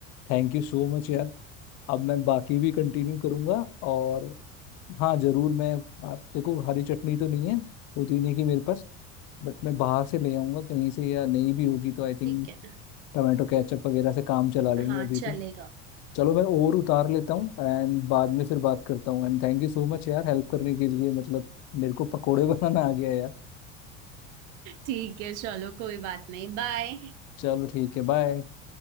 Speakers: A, on the left; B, on the right.
A: Thank you so much यार अब मैं बाकी भी कंटिन्यू करूंगा और हाँ जरूर मैं आप देखो हरी चटनी तो नहीं है पुदीने की मेरे पास बट मैं बाहर से ले आऊंगा कहीं से या नहीं भी होगी तो आई थिंक
B: ठीक है
A: टमाटो केचप वगैरह से काम चला लेंगे
B: हाँ
A: अभी
B: चलेगा
A: तो चलो मैं और उतार लेता हूँ एंड बाद में फिर बात करता हूँ And thank you so much यार हेल्प करने के लिए मतलब मेरे को पकोड़े <laughs> बनाना आ गया यार
B: ठीक है चलो कोई बात नहीं बाय
A: चलो ठीक है बाय